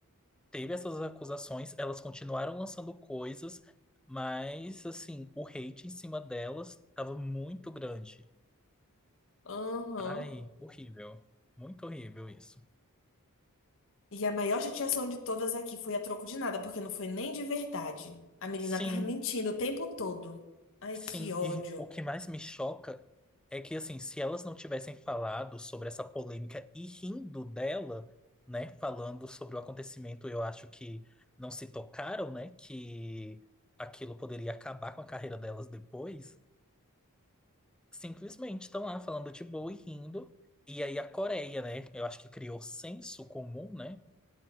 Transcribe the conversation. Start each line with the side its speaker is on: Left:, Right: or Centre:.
Centre: teve essas acusações, elas continuaram lançando coisas, mas, assim, o hate em cima delas estava muito grande.
Left: aham.
Centre: Ai, horrível. Muito horrível isso.
Left: E a maior chateação de todas aqui foi a troco de nada, porque não foi nem de verdade. A menina
Centre: Sim.
Left: tava mentindo o tempo todo. Ai,
Centre: Sim,
Left: que ódio.
Centre: e o que mais me choca é que, assim, se elas não tivessem falado sobre essa polêmica e rindo dela, né, falando sobre o acontecimento, eu acho que não se tocaram, né, que aquilo poderia acabar com a carreira delas depois. Simplesmente estão lá falando de boa e rindo. E aí a Coreia, né, eu acho que criou senso comum, né,